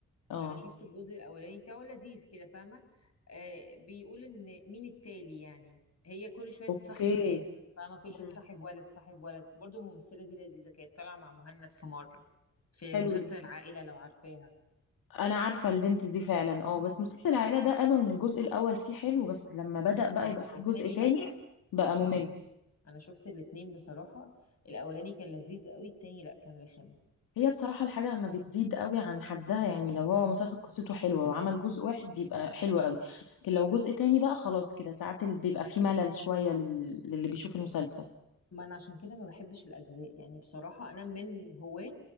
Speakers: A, on the left; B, on the left.
A: اه
B: انا شفت الجزء الاولاني بتاعه لذيذ كده فاهمه آه بيقول ان مين التالي يعني هي كل شويه
A: اوكي
B: تصاحب ناس فاهمه كل
A: مم.
B: شويه تصاحب ولد تصاحب ولد برضه الممثله دي لذيذه كانت طالعه مع مهند في مره في
A: حلو
B: مسلسل
A: ده
B: العائله لو عارفاها
A: انا عارفة البنت دي فعلا اه بس مسلسل العائلة ده قالوا ان الجزء الاول فيه حلو بس لما بدأ بقى
B: اه
A: يبقى فيه
B: التاني
A: جزء تاني
B: لا
A: بقى
B: صح
A: ممل
B: انا شفت الاتنين بصراحة الاولاني كان لذيذ قوي التاني لا كان رخم
A: هي بصراحة الحاجة لما بتزيد قوي عن حدها يعني لو هو مسلسل قصته حلوة وعمل جزء واحد بيبقى حلو قوي لكن لو جزء تاني بقى خلاص كده ساعات ال- بيبقى فيه ملل شوية لل... للي بيشوف المسلسل
B: ما انا عشان كده ما بحبش الاجزاء يعني بصراحة انا من هواة